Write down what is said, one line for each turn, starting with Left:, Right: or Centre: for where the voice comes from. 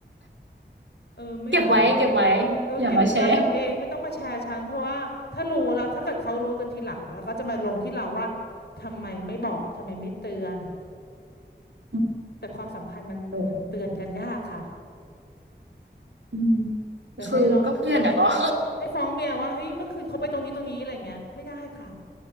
Left: เออ ไม่อยากรับ
Right: เก็บไว้เก็บไว้
Left: เออเก็บไว้เล่ากันเอง
Right: อย่ามาแชร์
Left: ไม่ต้องมาแชร์ฉันเพราะว่าถ้ารู้แล้วถ้าเกิดเขารู้กันทีหลังแล้วก็จะมาลงที่เราว่าทำไมไม่บอกทำไมไม่เตือน
Right: อืม
Left: แต่ความสัมพันธ์มันมันเตือนกันยากค่ะ
Right: เอออืม
Left: แต่ให้เราไปเราฟ้องให้ฟ้องเมียว่าเฮ้ยเมื่อคืนเขาไปตรงนี้ตรงนี้อะไรเงี้ยไม่ได้ค่ะ
Right: คือก็เพื่อนอะเนาะ